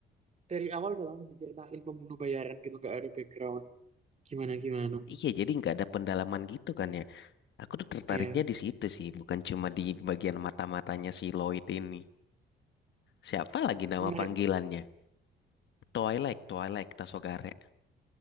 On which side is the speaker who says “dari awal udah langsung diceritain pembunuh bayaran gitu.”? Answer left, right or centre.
Right